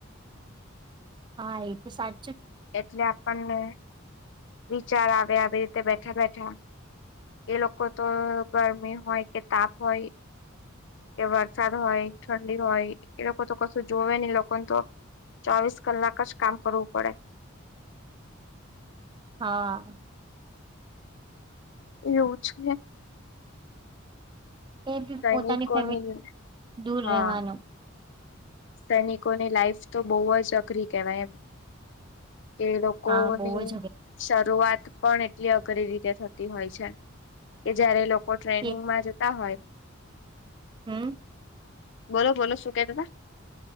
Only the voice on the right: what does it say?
હા, એ તો સા
હા.
એ <unintelligible>
પોતાની ફેમિલી દૂર
રહેવાનું.
હા બહુ જ હવે
એ
હમ.